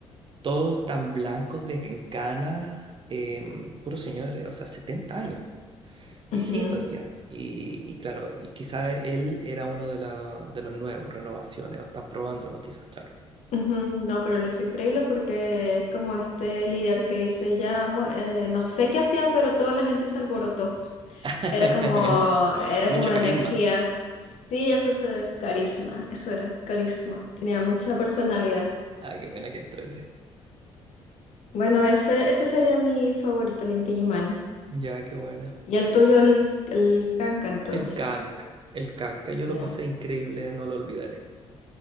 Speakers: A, on the right (about 45°); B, on the left (about 65°).
A: todos tan blancos de que en canas, em, puros señores, o sea, 70 años, viejitos
B: ujú,
A: ya. Y, y claro, y quizás él era uno de, la- de los nuevos, renovaciones, o están probándolo quizás, claro.
B: ujú. No, pero lo hizo increíble porque es como este líder que dice, ya, mu- eh, no sé qué hacía, pero toda la gente se alborotó.
A: <laughs>
B: Era como, era
A: Mucho
B: como la
A: carisma.
B: energía. Sí, eso es eh, carisma, eso era, carisma. Tenía mucha personalidad.
A: Ah, qué buena que entrete.
B: Bueno, ese, ese sería mi favorito, el Inti Illimani.
A: Ya, qué buena.
B: Y el tuyo, el, el Kanka, entonces.
A: El canca, el canca, yo lo
B: Ya.
A: pasé increíble, no lo olvidaré.